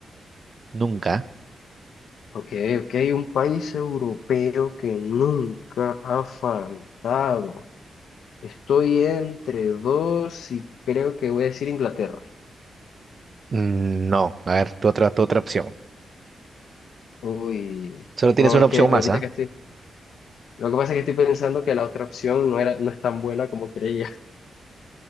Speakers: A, on the right; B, on the left.
A: Nunca.
B: Ok, ok, un país europeo que nunca ha faltado. Estoy entre dos y creo que voy a decir Inglaterra.
A: Mm, No, a ver, tu otra, tu otra opción.
B: Uy,
A: Solo tienes
B: no,
A: una
B: es
A: opción
B: que ahorita
A: más, ¿ah?
B: que estoy, lo que pasa es que estoy pensando que la otra opción no era, no es tan buena como creía. <laughs>